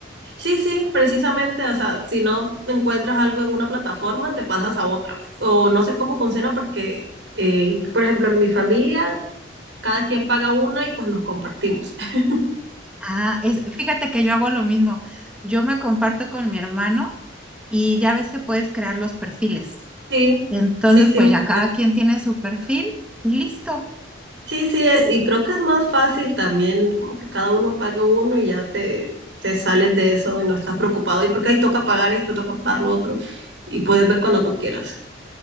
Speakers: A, on the right; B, in the centre.
A: Sí, sí, precisamente, o sea, si no encuentras algo en una plataforma, te pasas a otra. O no sé cómo funciona porque, eh, por ejemplo, en mi familia, cada quien paga una y pues nos compartimos. <laughs>
B: Ah, es, fíjate que yo hago lo mismo. Yo me comparto con mi hermano y ya ves que puedes crear los perfiles.
A: Sí,
B: Entonces,
A: sí, sí,
B: pues
A: justo
B: ya cada
A: eso.
B: quien tiene su perfil y listo.
A: Sí, sí, eh, y creo que es más fácil también, como que cada uno pague uno y ya te, te sales de eso y no estás preocupado. Y porque ahí toca pagar esto, toca pagar lo otro y puedes ver cuando tú quieras.